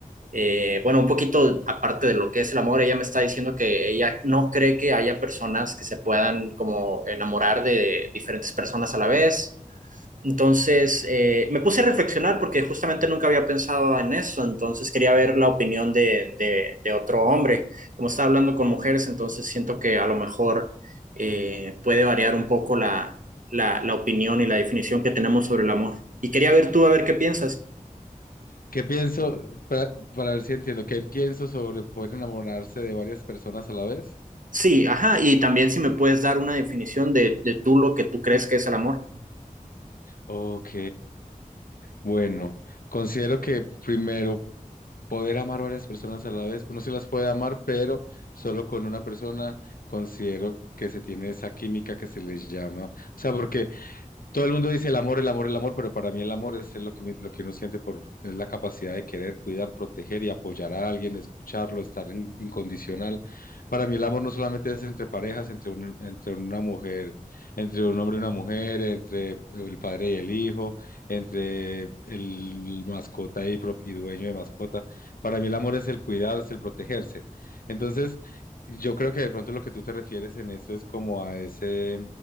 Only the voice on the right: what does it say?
Eh, bueno, un poquito aparte de lo que es el amor, ella me está diciendo que ella no cree que haya personas que se puedan como enamorar de diferentes personas a la vez. Entonces, eh, me puse a reflexionar porque justamente nunca había pensado en eso, entonces quería ver la opinión de, de, de otro hombre. Como está hablando con mujeres, entonces siento que a lo mejor eh, puede variar un poco la, la, la opinión y la definición que tenemos sobre el amor. Y quería ver tú a ver qué piensas.
Sí, ajá, y también si me puedes dar una definición de, de tú lo que tú crees que es el amor.